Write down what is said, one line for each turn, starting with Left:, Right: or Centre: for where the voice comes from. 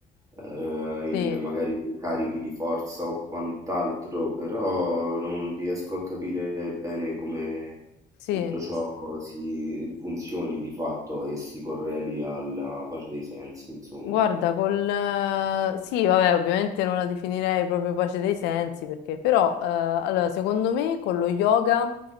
Right: eh, in
Left: Sì,
Right: magari carichi di forza o quant'altro, però non riesco a capire bene come
Left: sì.
Right: tutto ciò si funzioni di fatto e si correli alla pace dei sensi, insomma.
Left: Guarda, col... eh, Sì, vabbè, ovviamente non la definirei proprio pace dei sensi, perché però, eh, allora, secondo me con lo yoga